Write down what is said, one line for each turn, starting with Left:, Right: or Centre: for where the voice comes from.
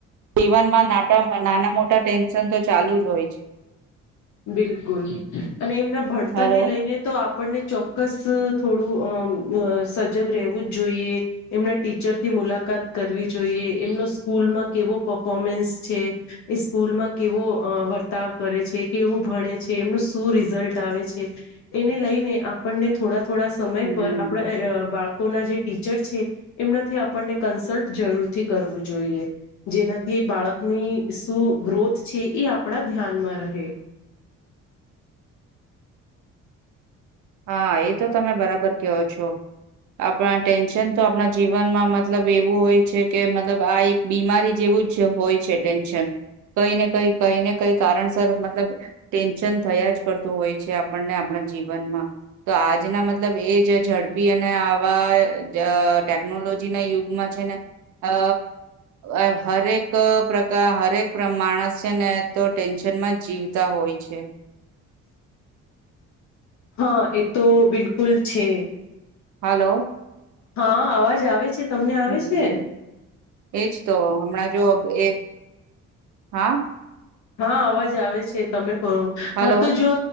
Right: જીવનમાં નાટ નાના મોટા ટેન્શન તો ચાલુ જ હોય છે
Left: બિલકુલ અને એમના ભણતરને
Right: હલો
Left: લઈને તો આપણને ચોક્કસ થોડું અ સજગ રેવું જ જોઈએ એમના ટીચરથી મુલાકાત કરવી જ જોઈએ એમનો સ્કૂલમાં કેવો પફોમન્સ છે, એ સ્કૂલમાં કેવો વર્તાવ કરે છે કેવું ભણે છે, એમનું શું રિઝલ્ટ આવે છે, એને લઈને આપણને થોડા થોડા સમય
Right: હમ
Left: પર આપડા બાળકોના જે ટીચર છે, એમનાથી આપણને કન્સલ્ટ જરૂરથી કરવું જો જોઈએ જેનાથી એ બાળકની શું ગ્રોથ છે, એ આપડા ધ્યાનમાં રહે.
Right: હા, એ તો તમે બરાબર કયો છો. આપણા ટેન્શન તો આપણા જીવનમાં મતલબ એવું હોય છે કે મતલબ આ એક બીમારી જેવ વુ જ હોય છે ટેન્શન કઈ ને કઈ કઈ ને કઈ કારણસર મતલબ ટેન્શન થયા જ કરતું હોય છે આપણને આપણા જીવનમાં તો આજના મતલબ એ જ ઝડપી અને આવા જ ટેકનોલોજી ના યુ ગમાં છે ને અ અ હરેક પ્રકા હરેક પ્ર માણસ છે ને તો ટેન્શ નમાં જીવતા હોય છે
Left: <inaudible> હાં, એ તો બિલકુલ છે.
Right: હાલો.
Left: હા, અવાજ આવે છે, તમને આવે
Right: હમ્મ
Left: છે?
Right: એજ તો હમણાં જો એ હા
Left: હા, અવાજ આવે છે, તમે કરો,
Right: હલો
Left: હા તો જો